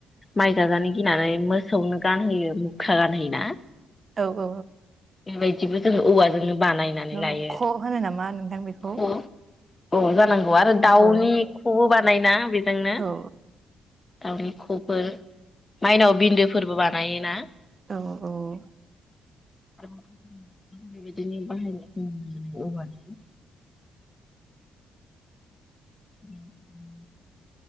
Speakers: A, on the left (about 20°); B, on the right (about 35°).
A: माइ जाजानो गिनानै मोसौनो गानहोयो मुख्रा गानहोयो ना
B: औ औ
A: बेबायदिबो जोङो औवाजोंनो बानायनानै
B: औ
A: लायो
B: ख' होनो नामा नोंथां बेख
A: <unintelligible> अ जानांगौ आरो दाउनि
B: औ
A: ख'बो बानायोना बेजोंनो
B: औ
A: दाउनि ख'फोर माइनाव बिन्दोफोरबो बानायोना
B: औ औ
A: <unintelligible> दिनो बाहायनायखौ <unintelligible> औवानि <inaudible>